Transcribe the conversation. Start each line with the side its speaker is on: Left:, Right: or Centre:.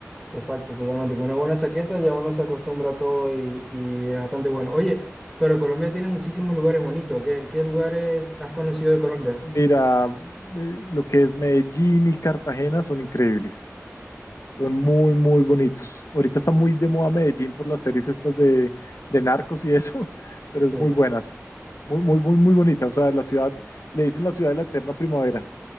Centre: Exacto, totalmente. Con una buena chaqueta ya uno se acostumbra a todo y, y es bastante bueno. Oye, pero Colombia tiene muchísimos lugares bonitos. ¿Qué, qué lugares has conocido de Colombia?
Left: Mira, eh, lo que es Medellín y Cartagena son increíbles. Son muy, muy bonitos. Ahorita está muy
Centre: Sí,
Left: de moda Medellín por las series estas de, de narcos y eso, <laughs> pero
Centre: sí,
Left: es muy buenas. Muy, muy, muy, muy bonita. O sea, la ciudad, le dicen la ciudad de la eterna primavera.